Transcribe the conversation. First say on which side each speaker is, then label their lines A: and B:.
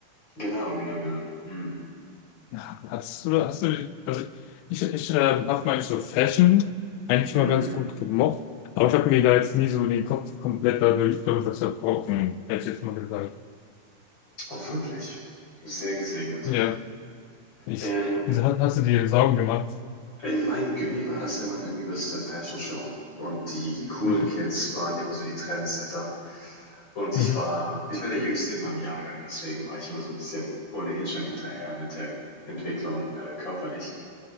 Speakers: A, on the left; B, on the left.
A: Genau, genau, genau. Mm,
B: Hast du, hast du, also ich, ich ähm, habe meine so Fashion eigentlich
A: mm.
B: mal ganz gut gemocht, aber ich habe mir da jetzt nie so den Kopf komplett dadurch, darüber zerbrochen, hätte ich jetzt mal gesagt.
A: Oh, wirklich. Sehr gesegnet.
B: Ja, ich,
A: In,
B: wieso hast hast du dir Sorgen gemacht?
A: in meinem Gimmi war das immer eine übelste Fashion-Show. Und die, die coolen
B: Wirklich?
A: Kids waren immer so die Trendsetter. Und ich
B: Mhm.
A: war, ich war der Jüngste in meinem Jahrgang, deswegen war ich immer so ein bisschen ohnehin schon hinterher mit der Entwicklung äh, körperlich.